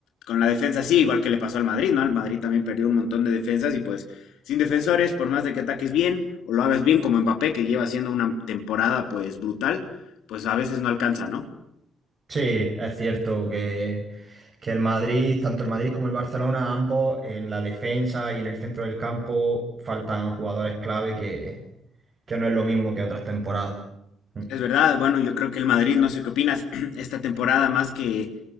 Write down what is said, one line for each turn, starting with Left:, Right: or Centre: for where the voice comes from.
Left: con la defensa sí, igual que le pasó al Madrid, ¿no? Al Madrid también perdió un montón de defensas y pues sin defensores, por más de que ataques bien o lo hagas bien como Mbappé, que lleva haciendo una temporada pues brutal, pues a veces no alcanza, ¿no?
Right: Sí, es cierto que, que el Madrid, tanto el Madrid como el Barcelona, ambos en la defensa y en el centro del campo faltan jugadores clave que, que no es lo mismo que otras temporadas. Mm.
Left: Es verdad, bueno, yo creo que el Madrid, no sé qué opinas, <clears throat> esta temporada más que